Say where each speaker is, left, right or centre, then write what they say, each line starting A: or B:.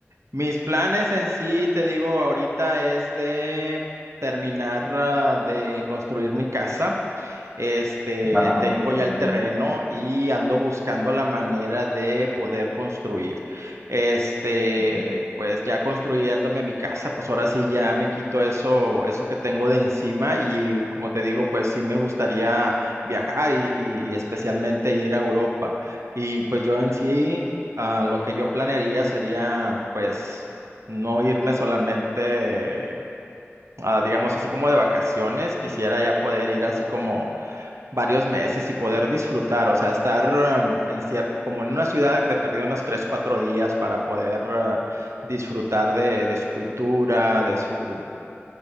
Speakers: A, on the right; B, on the right.
A: Mis planes en sí, te digo, ahorita es de terminar ah, de construir mi casa. Este,
B: Nada,
A: tengo ya
B: muy
A: el
B: bien.
A: terreno y ando buscando la manera de poder construir. Este,
B: ok.
A: pues ya construyéndome mi casa, pues ahora sí ya me quito eso, eso que tengo de encima y como te digo, pues sí me gustaría viajar y, y- y especialmente ir a Europa. Y pues yo en sí, ah, lo que yo planearía sería, pues, no irme solamente, ah, digamos así como de vacaciones, quisiera ya poder ir así como varios meses y poder disfrutar, o sea, estar um, en cier- como en una ciudad de perdido unos tres, cuatro días para poder uh, disfrutar de, de su cultura, de su